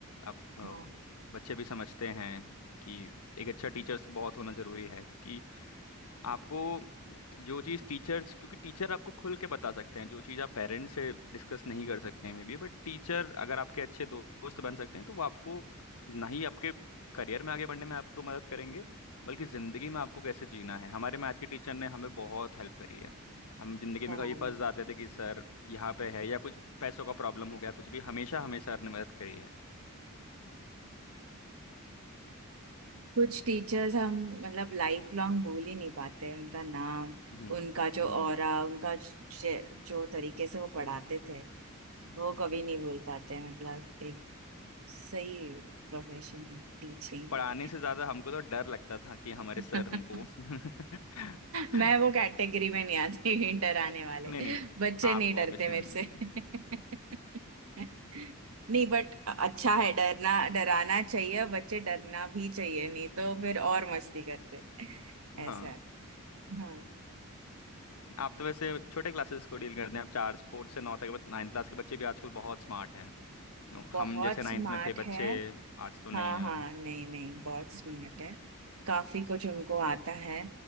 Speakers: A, on the left (about 80°); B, on the right (about 70°).
A: अब अ,
B: हाँ
A: बच्चे भी समझते हैं कि एक अच्छा टीचर्स बहुत होना जरूरी है कि आपको जो चीज़ टीचर्स क्योंकि टीचर आपको खुल के बता सकते हैं जो चीज़ आप पेरेंट्स से डिस्कस नहीं कर सकते हैं मे बी बट टीचर अगर आपके अच्छे दोस्त बन सकते हैं तो वो आपको ना ही आपके करियर में आगे बढ़ने में आपको मदद करेंगे बल्कि ज़िंदगी में आपको कैसे जीना है हमारे मैथ के टीचर ने हमें बहुत हेल्प करी है हम ज़िंदगी
B: हाँ।
A: में कहीं फंस जाते थे कि सर यहाँ पे है या कुछ पैसों का प्रॉब्लम हो गया कुछ भी हमेशा हमें सर ने मदद करी है
B: कुछ टीचर्स हम मतलब लाइफ लॉन्ग भूल ही नहीं पाते उनका नाम
A: हम्म
B: उनका जो
A: हम्म
B: ऑरा उनका ज- जो तरीके से वो पढ़ाते थे
A: हम्म।
B: वो कभी नहीं भूल पाते मतलब एक सही प्रोफेशन है टीचिंग
A: पढ़ाने
B: भी।
A: से ज़्यादा हमको तो डर लगता था कि हमारे
B: <laughs>
A: सर हमको <laughs>
B: मैं वो कैटेगरी में नहीं आती <laughs> डराने वाले
A: नहीं नहीं
B: बच्चे
A: आप
B: नहीं डरते
A: ऑब्वियसली
B: मेरे
A: नहीं
B: से
A: हैं।
B: <laughs> नहीं बट अच्छा है डरना डराना चाहिए बच्चे डरना भी चाहिए नहीं तो फिर और मस्ती करते <laughs> ऐसा
A: हाँ
B: है हाँ
A: आप तो वैसे छोटे क्लासेस को डील करते हैं आप चार फोर्थ से नौ तक नाइन्थ क्लास के बच्चे भी आजकल बहुत स्मार्ट हैं नो,
B: बहुत
A: हम जैसे
B: स्मार्ट
A: नाइन्थ में थे बच्चे
B: है
A: आज तो नहीं
B: हाँ
A: हैं
B: हाँ
A: हम।
B: नहीं नहीं बहुत स्मार्ट है काफी कुछ उनको आता है